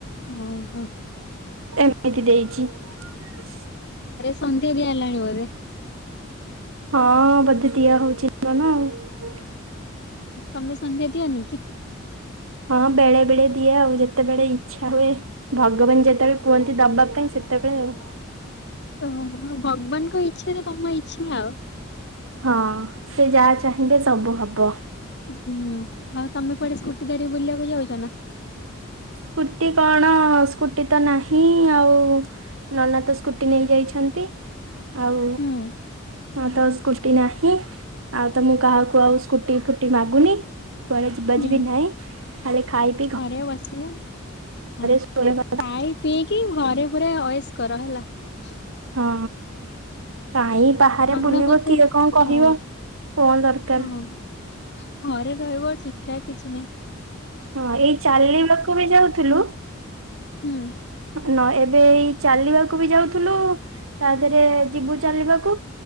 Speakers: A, on the left; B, on the right.
A: ଓ ହୋ ।
B: ଏମ ଏମତି ଦେଇଛି ।
A: ସଧ୍ୟ ଦିଆ ହେଲାଣି ବୋଧେ ।
B: ହଁ ବୋଧେ ଦିଆ ହଉଛି ନା କଣ ଆଉ ।
A: ତମେ ସନ୍ଧ୍ୟା ଦିଅନି କି?
B: ହଁ ବେଳେ ବେଳେ ଦିଏ ଆଉ ଯେତେବେଳେ ଇଛା ହୁଏ ଭଗବାନ ଯେତେବେଳେ କୁହନ୍ତି ଦବା ପାଇଁ ସେତେବେଳେ ଆଉ।
A: ଓହୋ ଭଗବାନଙ୍କ ଇଚ୍ଛାରେ ତମ ଇଚ୍ଛା ଆଉ ।
B: ହଁ ସେ ଯାହା ଚାହିଁଲେ ସବୁ ହବ ।
A: ହୁଁ ଆଉ ତମେ କୁଆଡେ ସ୍କୁଟି ଧରିକି ବୁଲିବାକୁ ଯାଉଚ ନା ।
B: ସ୍କୁଟି କଣ ସ୍କୁଟି ତ ନାହିଁ ଆଉ ନନା ତ ସ୍କୁଟି ନେଇ ଯାଇଛନ୍ତି । ଆଉ
A: ହୁଁ
B: ହ ତ ସ୍କୁଟି ନାହିଁ । ଆଉ ତ ମୁଁ କାହାକୁ ଆଉ ସ୍କୁଟି ଫୁଟି ମାଗୁନି କୁଆଡେ ଯିବା
A: ହୁଁ
B: ଯିବି ନାହିଁ ଖାଲି ଖାଇ ପି
A: ଘରେ ବସିବା
B: ଶୋଇବା
A: ଖାଇ ପିଇକି । ଘରେ ପୁରା ଅଏସ କର ହେଲା ।
B: ହଁ କାହିଁ । ବାହାରେ
A: ନନା
B: ବୁଲିବ
A: ବୋଧେ
B: କିଏ କଣ କହିବ
A: ହଁ
B: କଣ ଦରକାର
A: ହଁ
B: ।
A: ଘରେ ରହିବ ଠିକ ଠାକ କିଛି ନାହିଁ ।
B: ହଁ ଏଇ ଚାଲିବାକୁ ବି ଯାଉଥିଲୁ ।
A: ହୁଁ ।
B: ନ ଏବେଇ ଚାଲିବାକୁ ବି ଯାଉଥିଲୁ ତା ଦେହରେ ଯିବୁ ଚାଲିବାକୁ